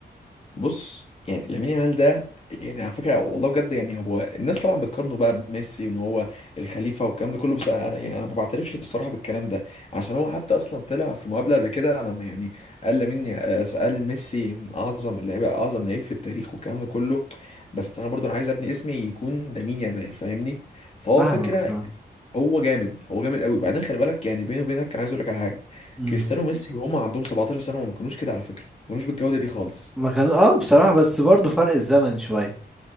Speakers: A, on the left; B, in the centre.
A: بص يعني لامين يامال ده يعني على فكره والله بجد يعني هو الناس طبعا بتقارنه بقى بميسي وان هو الخليفه والكلام ده كله بس انا يعني انا ما بعترفش الصراحه بالكلام ده عشان هو حتى اصلا طلع في مقابله قبل كده انا ما- يعني قال لامين يا- قال ميسي من اعظم اللعيبه اعظم لعيب في التاريخ والكلام ده كله بس انا برضو انا عايز ابني اسمي يكون لامين يامال فاهمني فهو
B: فاهمك
A: فكره
B: فاهم
A: يعني هو جامد هو جامد قوي بعدين خلي بالك يعني بيني وبينك كان عايز اقول لك على حاجه
B: امم
A: كريستيانو وميسي وهم عندهم 17 سنه وما كانوش كده على فكره ما كانوش بالجوده دي خالص
B: ما كانوا اه بصراحه بس برضو فرق الزمن شويه